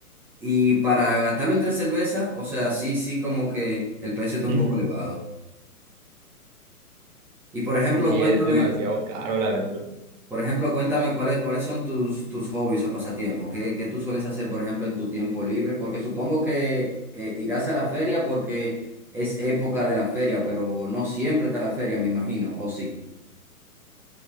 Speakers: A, in the centre; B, on the right (about 25°).
A: Y para gastarlo en tres cervezas, o sea, sí, sí, como que el precio está un
B: <laughs>
A: poco elevado. Y por
B: Sí,
A: ejemplo,
B: es
A: cuéntame,
B: demasiado caro, la verdad.
A: por ejemplo, cuéntame cuáles, cuáles son tus, tus hobbies o pasatiempos. ¿Qué, qué tú sueles hacer, por ejemplo, en tu tiempo libre? Porque supongo que eh, irás a la feria porque es época de la feria, pero no siempre está la feria, me imagino, ¿o sí?